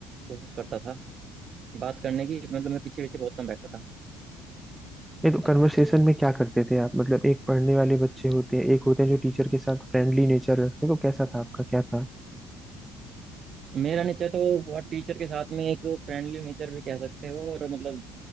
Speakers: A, on the right; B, in the centre.
A: कोशिश करता था बात करने की मतलब मैं पीछे पीछे बहुत कम बैठता था
B: ये तो कन्वर्सेशन में क्या करते थे आप मतलब एक पढ़ने वाले बच्चे होते हैं एक होते हैं जो टीचर के साथ फ्रेंडली नेचर रखते हैं तो कैसा था आपका क्या था
A: मेरा नेचर तो टीचर के साथ में एक फ्रेंडली नेचर भी कह सकते हो और मतलब